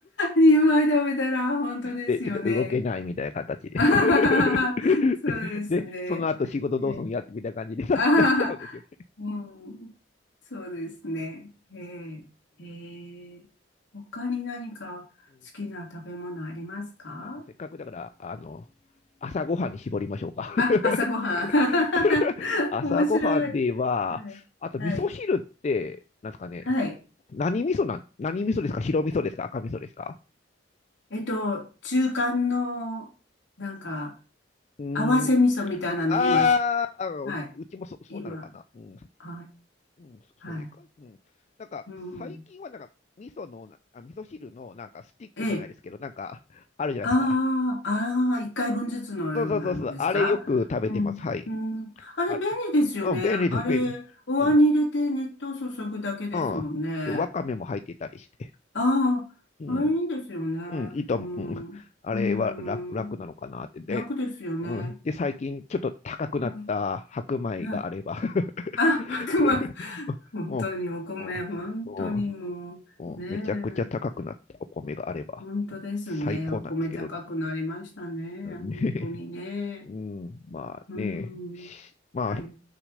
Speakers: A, on the left; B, on the left.
A: 2枚 <laughs> 食べたら本当ですよね。
B: で、ちょっと動けないみたいな形で。
A: <laughs> あははははそうですね。
B: <laughs> で、その後仕事どうするんやってみたいな感じにな、
A: ねあははは、
B: なっちゃうんですよね。
A: うん。そうですね。
B: そうそ
A: ええ、
B: う。う
A: ええ。他に何か好きな食べ物ありますか
B: んうんなんかもうせっかくだから、あの、朝ごはんに絞りましょうか。
A: あ、朝ごはん。
B: <laughs>
A: <laughs>
B: 朝ごはんで言えば、
A: 面白い。はい。
B: あと味噌汁って、
A: はい。
B: なんですかね、
A: はい。
B: 何味噌なん、何味噌ですか白味噌ですか赤味噌ですか
A: えっと、中間の、なんか、
B: うーん、
A: 合わせ味噌みたいなの今し、
B: あーあの、
A: はい。
B: うちもそ、そうなのかな。
A: 今、
B: うん、う
A: はい。
B: ん、そそれか、
A: はい。
B: うん。なんか、
A: うんうん。
B: 最近はなんか、味噌のな、あ、味噌汁のなんかスティックじゃないですけど、
A: ええ。
B: なんか、あるじゃないですか。
A: ああ、ああ、一回分ずつのようなのですかうん、
B: そうそうそうそう、あれよく食べてます。はい。
A: うん。あれ便利ですよね。
B: あうん、便利です、
A: あれ、
B: 便利。
A: お椀に入れて熱湯を注ぐだけですもんね。
B: うん。うん。で、わかめも入ってたりして。
A: ああ、
B: うん。
A: あれいいですよね。
B: うん、いいと思う。
A: うん、
B: うんあれは楽、
A: うん。
B: 楽なのかなって。で、
A: 楽ですよね。
B: うん。で、最近ちょっと高くなった白米があれば。
A: うん、あ、あ、
B: <laughs>
A: 白米。<laughs> 本当にお米、
B: うん、うん、
A: 本当にもう、
B: うん、うんめちゃくちゃ高くなったお米があれば
A: ねえ。本当ですね。
B: 最高なんですけどね。
A: お米高くなりましたね。
B: うんね
A: 本当にね。
B: うん、まあね、
A: うん、
B: しまあ、
A: はい。